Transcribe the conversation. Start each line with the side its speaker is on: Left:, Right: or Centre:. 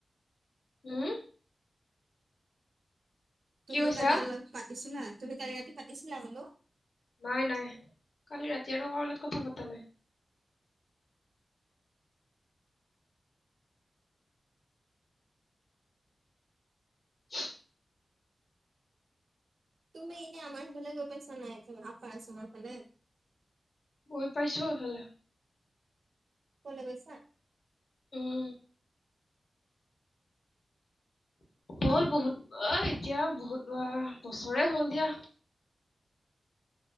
Left: হুম
Right: তুমি
Left: কি কৈছা?
Right: কালি অলপ পাতিছিলা তুমি কালি ৰাতি পাতিছিলা বোলো
Left: নাই নাই কালি ৰাতি আৰু কাৰোলগত কথা পতা নাই কি <unintelligible>
Right: তুম এনে আমাৰ সিফালে গৈ পাইছা নে নাই আপাৰ আছামৰ ফালে
Left: গৈ পাইছো এইফালে
Right: কলে গৈছা
Left: উম হ'ল বহুত আহ এতিয়া বহুত বাৰ বছৰে হ'ল দিয়া